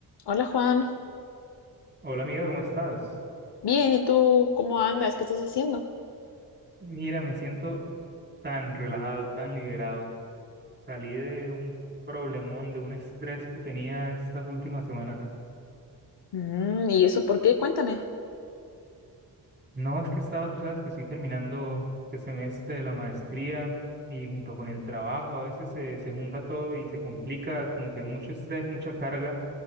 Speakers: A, on the left; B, on the right.
A: Hola Juan,
B: Hola amiga, ¿cómo estás?
A: bien, ¿y tú cómo andas? ¿Qué estás haciendo?
B: Mira, me siento tan relajado, tan liberado. Salí de un problemón, de un estrés que tenía estas últimas semanas.
A: Mm, ¿y eso por qué? Cuéntame.
B: No, es que estaba, tú sabes que estoy terminando el semestre de la maestría y junto con el trabajo a veces se, se junta todo y se complica, como que mucho estrés, mucha carga,